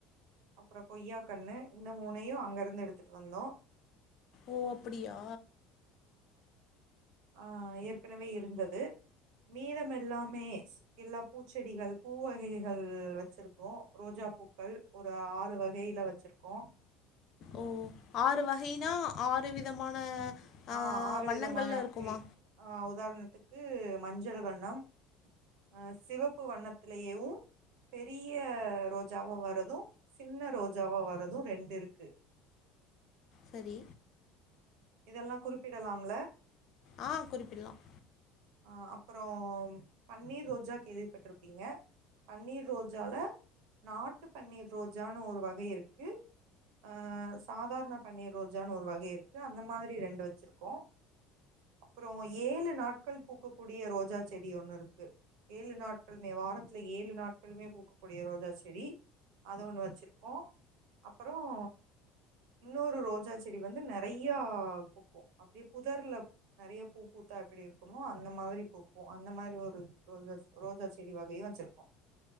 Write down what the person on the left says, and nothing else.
ஓ அப்டியா
ஓ ஆறு வகைனா ஆறு ஒரு விதமான ஆ,
வண்ணங்கள்ல
இருக்குமா
சரி
ஆஹ் குறிப்பிடலாம்